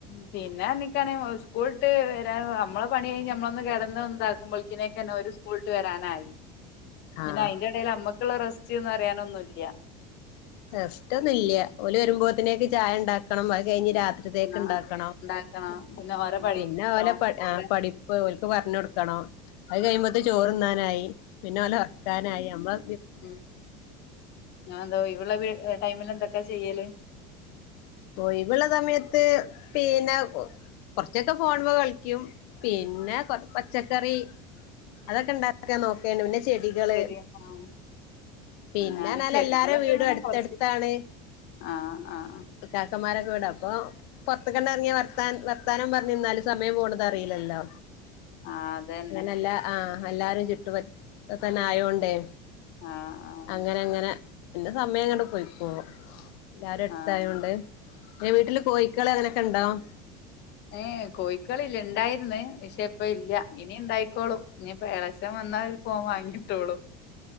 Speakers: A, on the left (about 55°); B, on the left (about 75°).
A: പിന്ന എനിക്കാണെങ്കി സ്കൂളിട്ട് വരാ നമ്മള് പണി കഴിഞ്ഞ് നമ്മളൊന്ന് കിടന്ന് ഒന്ന് ഇതാക്കുമ്പോളേക്കിനേക്ക് തന്നെ ഓര് സ്കൂളിട്ട് വരാനായി
B: ആഹ്
A: പിന്നെ അയിന്റെ ഇടേൽ നമ്മ നമ്മക്കുള്ള റെസ്റ്റൂന്ന് പറയാനൊന്നുല്ല്യ
B: റെസ്റ്റൊന്നും ഇല്ല്യ ഓല് വരുമ്പോത്തനേക്ക് ചായ ഉണ്ടാക്കണം അത് കഴിഞ്ഞ് രാത്രിത്തേക്ക്
A: ആഹ്
B: ഇണ്ടാക്കണം
A: ഉണ്ടാക്കണം പിന്നെ ഓരെ പഠിത്തം
B: പിന്നെ ഓലെ പഠി
A: ഓരെ
B: ആഹ് പഠിപ്പ് ഓൽ ക്ക് പറഞ്ഞ് കൊടുക്കണം അത് കഴിയുമ്പോത്തേന് ചോറുണ്ണാനായി പിന്നെ ഓല് ഒറക്കാനായി നമ്മള്
A: ഉം <unintelligible> ഇവടെ വീ ടൈമിൽ എന്തൊക്കെയാ ചെയ്യല്
B: ഒയിവുള്ള സമയത്ത് പിന്നെ കൊറച്ചൊക്കെ ഫോണിമ്മേ കളിക്കും പിന്നെ പച്ചക്കറി അതൊക്കെ ഉണ്ടാക്കാ നോക്കേണ്ട് പിന്നെ ചെടികള്
A: ചെടി ആഹ്
B: പിന്നെന്നാല്
A: ഞാന് ചെടികളൊക്കെ
B: എല്ലാരെ വീടും
A: ഇങ്ങനെ
B: അടുത്തടുത്താണ്
A: കുറച്ച് ആഹ് ആഹ്
B: കാക്കന്മാരൊക്കെ വീട് അപ്പൊ പൊറത്ത്ക്കങ്ങ് എറങ്ങിയാ ന വർത്താൻ വർത്താനം പറഞ്ഞു നിന്നാല് സമയം പോണതറിയില്ലല്ലോ
A: ആഹ് അതന്നെ
B: അങ്ങനല്ല ആഹ് എല്ലാരും ചുറ്റുവട്ടത്ത് തന്നെ ആയോണ്ടേ
A: ആഹ് ആഹ്
B: അങ്ങനെ അങ്ങനെ പിന്നെ സമയം അങ്ങട്ട് പൊയ്ക്കോളും ല്ലാരു എട്
A: ആഹ്
B: ത്ത ആയോണ്ട് പിന്നെ വീട്ടില് കോഴിക്കള് അങ്ങനെയൊക്കെ ഉണ്ടാവും
A: ഏ കോയിക്കള് ഇല്ല ഇണ്ടായിരുന്നേ പക്ഷെ ഇപ്പം ഇല്ല ഇനി ഉണ്ടായിക്കോളും ഇനിപ്പം ഇളയച്ഛൻ വന്നാല് ഇപ്പം വാങ്ങിട്ടൊളും